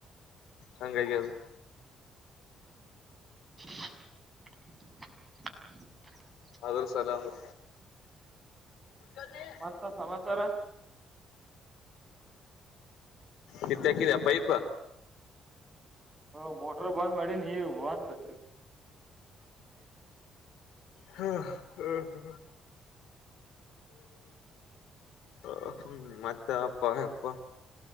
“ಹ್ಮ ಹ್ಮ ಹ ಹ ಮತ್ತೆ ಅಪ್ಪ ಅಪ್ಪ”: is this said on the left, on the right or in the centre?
Left